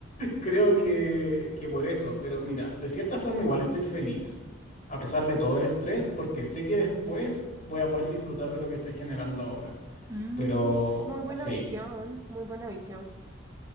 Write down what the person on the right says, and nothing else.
Mm,
muy buena
visión, muy buena visión.